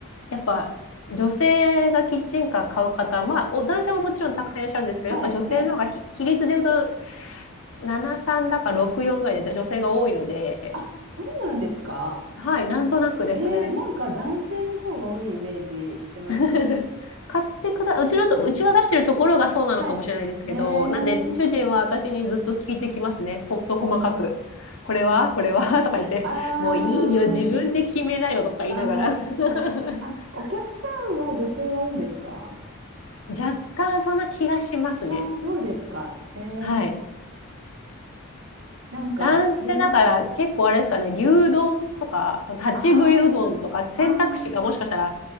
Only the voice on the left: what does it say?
やっぱ女性がキッチンカー買う方、まあ、お男性はもちろんたくさんいらっしゃるんですけど、
やっぱ女性の方がひ比率で言うと、
73だか64ぐらいで女性が多いので、
はい、なんとなくですね。
<laughs> 買ってくだ、うちのと、うちが出してるところがそうなのかもしれないですけど、
なんで、主人は私にずっと聞いてきますね。
こと細かく。これはこれはとか言って、
もういいよ、自分で決めなよとか言いながら。
<laughs>
若干そんな気がしますね。
はい。
男性だから結構あれですかね、
牛丼とか、その立ち食いうどんとか選択肢がもしかしたら